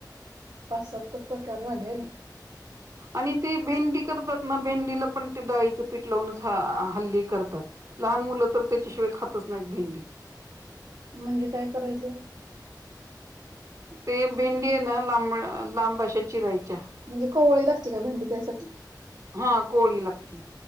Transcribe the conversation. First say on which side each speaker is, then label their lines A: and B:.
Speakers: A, on the right; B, on the right.
A: पाच साततर प्रकार झाले.
B: आणि ते भेंडी करतात ना भेंडीला पण ते डाळीचं पीठ लावूनच ह हल्ली करतात. लहान मुलं तर त्याच्याशिवाय खातच नाहीत भेंडी.
A: म्हणजे काय करायचं?
B: ते भेंडी आहे ना लांब- लांब अशा चिरायच्या.
A: म्हणजे कवळी लागते का भेंडी त्यासाठी.
B: हा कोळी लागते